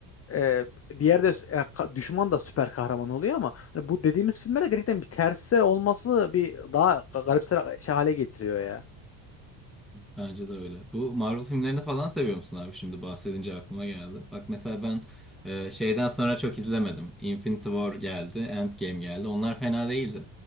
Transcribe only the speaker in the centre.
bence de öyle. Bu Marvel filmlerini falan seviyor musun abi? Şimdi bahsedince aklıma geldi. Bak mesela ben e, şeyden sonra çok izlemedim. Infinity War geldi, Endgame geldi. Onlar fena değildi.